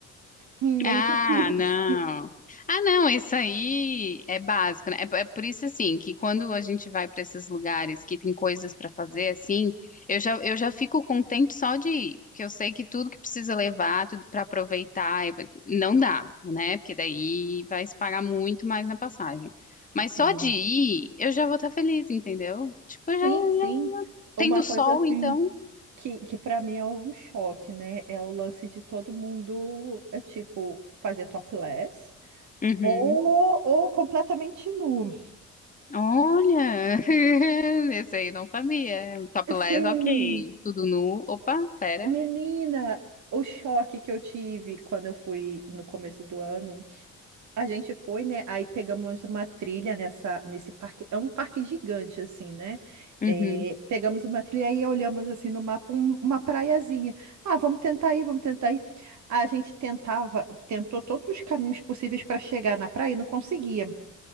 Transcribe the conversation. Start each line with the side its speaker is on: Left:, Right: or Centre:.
Right: meio
Left: Ah,
Right: difícil.
Left: não. Ah, não, isso aí é básico, né? É, é por isso, assim, que quando a gente vai para esses lugares que tem coisas para fazer, assim, eu já, eu já fico contente só de ir, porque eu sei que tudo que precisa levar, tudo para aproveitar, é- não dá, né? Porque daí vai se pagar muito mais na passagem.
Right: <laughs>
Left: Mas
Right: Sim,
Left: só de ir, eu já vou estar feliz, entendeu? Tipo,
Right: sim,
Left: já, já.
Right: sim. Uma
Left: Tendo
Right: coisa
Left: sol,
Right: assim.
Left: então?
Right: que, que para mim é um choque, né? É o lance de todo mundo, é tipo, fazer topless
Left: Uhum.
Right: ou, ou completamente nu.
Left: Olha, <laughs> esse aí eu não sabia. Topless,
Right: Sim,
Left: ok. Tudo nu. Opa, pera.
Right: menina, o choque que eu tive quando eu fui no começo do ano. A gente foi, né? Aí pegamos uma trilha nessa, nesse parque. É um parque gigante, assim, né?
Left: Uhum.
Right: É, pegamos uma trilha e olhamos assim no mapa um- uma praiazinha. Ah, vamos tentar ir, vamos tentar ir. A gente tentava, tentou todos os caminhos possíveis para chegar na praia e não conseguia.